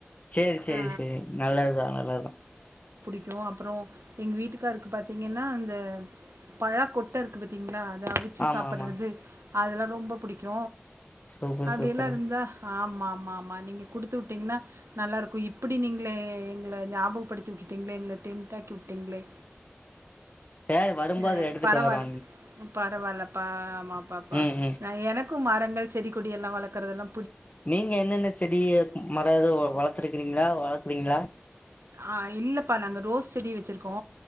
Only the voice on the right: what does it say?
ஆ
க்கு அப்புறோ எங்க வீட்டுக்கார்க்கு பாத்தீங்கனா அந்த பழா கொட்ட இருக்கு பாத்தீங்களா அத அவிச்சு
சாப்பிட்றது
அதெலா ரொம்ப புடிக்கு
அப்டியெல்லா
இருந்தா ஆம் ஆமா ஆமா நீங்க குடுத்து விட்டீங்கனா நல்லா இருக்கு இப்டி நீங்கள எங்கள ஞாபகப்படுத்தி விட்டுட்டீங்களே எங்கள டெம்ட் ஆக்கி விட்டீங்களே
ந
பரவால்ல
பரவால்லப்பா ஆமா பாப்பா
நா எனக் கு மரங்கள் செடி கொடி எல்லா வளக்கறதெல்லா
ஆ இல்லப்பா நாங்க ரோஸ் செடி வச்சிருக் கோ